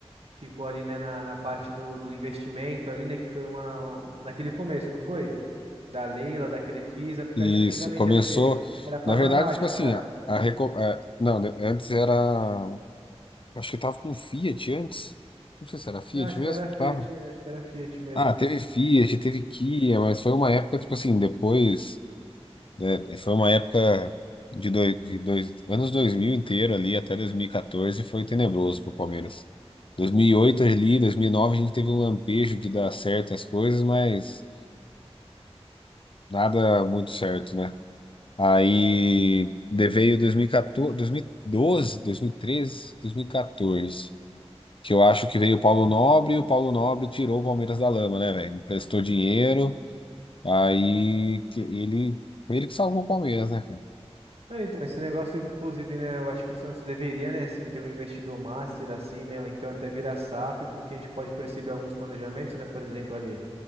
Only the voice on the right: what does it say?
Ficou ali, né, na, na parte do, do investimento ali, né, que foi uma, uma- Naquele começo, não foi? Da Leila, da Crefisa, porque
eu acho que antigamente
era o quê? Era Parmalat,
não era?
Ah, Acho
que era Fiat,
acho que era Fiat mesmo.
É, então, esse negócio, inclusive, né, eu acho que o Santos deveria, né, assim, ter um investidor master, assim, né, ou então até virar SAF, porque a gente pode perceber alguns planejamentos, né, por exemplo, ali.